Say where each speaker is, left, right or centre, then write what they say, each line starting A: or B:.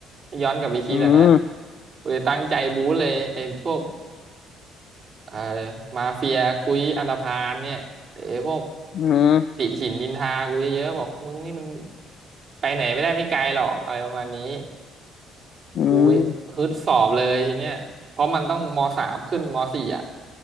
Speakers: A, on the right; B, on the left.
A: ย้อนกลับไปคิดอ่ะนะ
B: อืม
A: กูเลยตั้งใจบู๊เลยไอ้พวกเอ่อมาเฟียกุยอันธพาลเนี่ยไอ้พวก
B: อืม
A: ติฉินนินทากูเยอะๆบอกมึงนี่มันไปไหนไม่ได้ไม่ไกลหรอกอะไรประมาณนี้
B: อืม
A: กูฮึดสอบเลยทีเนี้ยเพราะมันต้องมสามขึ้นมสี่อ่ะ